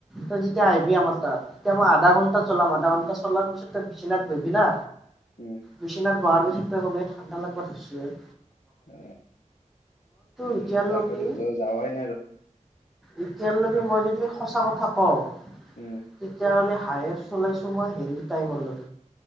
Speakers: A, in the centre; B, on the left.
A: তই যেতিয়া
B: অ
A: আহিবি আমাৰ তাত, তেতিয়া মই আধা ঘন্টা চলাম আৰু। নটা চলোৱাৰ পিছত ত বিছনাথ বহিবি না,
B: উম
A: বিছনাথ বহাৰ পিছত খবেই ঠাণ্ডা লাগবাত ধৰিছে।
B: অ উম।
A: এতিয়ালৈকে
B: তাকে তো যাবাই ন
A: এতিয়ালৈকে মই যদি সঁচা কথা কও
B: উম
A: তেতিয়াহ'লে হায়েষ্ট চলাইছো মই হেৰি টাইম লৈ